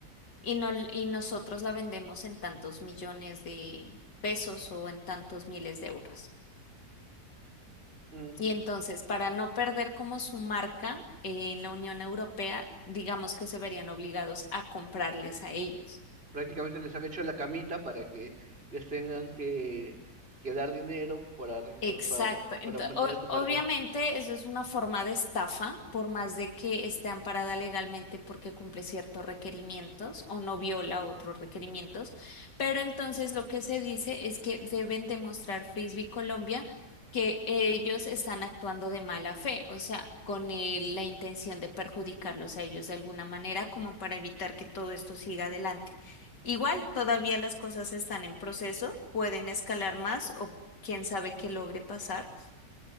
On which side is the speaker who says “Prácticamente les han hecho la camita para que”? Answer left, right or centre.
Right